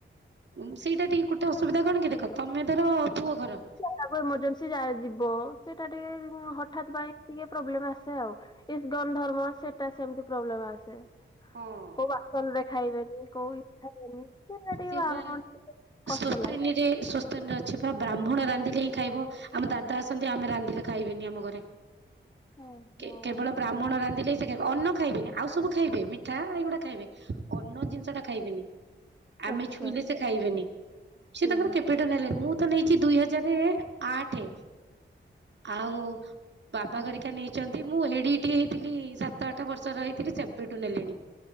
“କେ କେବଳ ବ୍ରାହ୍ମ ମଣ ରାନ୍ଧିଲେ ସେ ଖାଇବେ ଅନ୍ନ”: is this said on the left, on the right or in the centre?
Right